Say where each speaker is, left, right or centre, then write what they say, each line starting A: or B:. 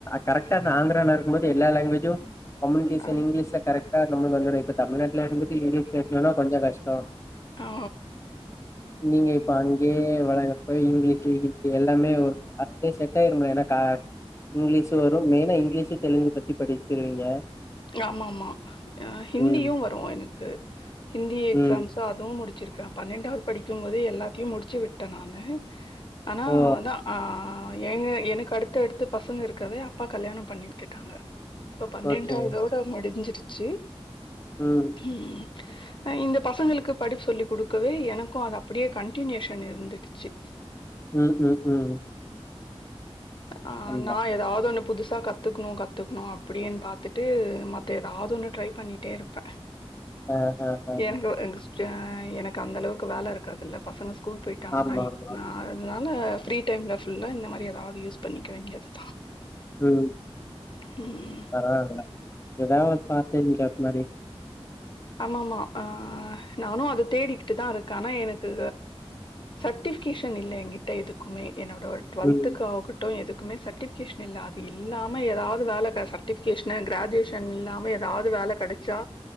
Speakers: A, on the left (about 25°); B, on the left (about 50°).
A: கரெக்ஷன் ஆந்திரல இருக்கும்போது எல்லா லேங்குவேஜு கம்முனிகேஷன்
B: ஆ
A: இங்கிலீஷ்ல கரெக்ட்டா நம்மளுக்கு வந்துரு இப்ப தமிழ்நாட்ல இருந்துட்டு இங்கிலீஷ் பேசணுனா கொஞ்சோ கஷ்டோ
B: ஆ
A: நீங்க இப்ப அங்யே வளகப்ப இங்கிலீஷ் சீவி இதெல்லாமே ஒரு அதுலயே செட் ஆயிருமல்ல என்னக்கா இங்கிலீஷு வரு மெய்னா இங்கிலீஷு தெலுங்கு பத்தி படிச்சிருவீங்க
B: ஆமாமா ஹிந்தியு
A: ம்.
B: வரு எனக்கு ஹிந்தி எக்ஸாம்ஸு
A: ம்.
B: அதுவு முடிச்சிருக்கேன் பன்னெண்டாவது படிக்கும்போதே எல்லாத்தையு முடிச்சு விட்டன் நானு ஆனா
A: ஓ!
B: அதான் ஆ ஆ ஏங்க எனக்கு அடுத்தடுத்து பசங்க இருக்கவே அப்பா கல்யாணம் பண்ணி விட்டுட்டாங்க சோ பன்னெண்டா
A: ஓகே.
B: <unintelligible> முடிஞ்சிருச்சு
A: ம்
B: ம் ஆ இந்த பசங்களுக்கு படிப்பு சொல்லி குடுக்கவே எனக்கு அது அப்டியே கன்டினியூஷன் இருந்திடுச்சு
A: ம் ம் ம்
B: ஆ
A: ஆமா.
B: நா எதாவது ஒண்ணு புதுசா க த்துக்கணு கத்துக்கணு அப்டின் பாத்துட்டு மத்த எதாவது ஒண்ணு ட்ரை பண்ணிட்டே இருப்ப
A: அ, அ, அ.
B: எனக்கு ஜெ எனக்கு அந்த அளவுக்கு வேல இருக்காதல்ல பசங்க ஸ்கூல் போயிட்டாங்கன்னா
A: ஆமாமா.
B: இ அதனால ஃப்ரீ டைம்ல ஃபுல்லா இந்த மாரி எதாவது யூஸ் பண்ணிக்க வேண்டியதுதான்
A: ம்
B: ம்
A: பரவால்ல ஏதாவ ஒரு பார்ட் டைம் ஜாப் மாதிரி
B: ஆமாம்மா அ நானு அத தேடிக்கிட்டு தான் இருக்கே ஆனா எனக்கு சர்டிபிகேஷன் இல்ல என் கிட்ட எதுக்குமே என்னோட ஒரு டுவல்த்துக்கு
A: ம்.
B: ஆகட் டு எதுக்குமே சர்டிபிகேஷன் இல்ல அது இல்லாம ஏதாவது வேலை சர்டிபிகேஷன் கிராஜுவேஷன் இது‌ இல்லாம ஏதாவது வேலை கிடைச்சா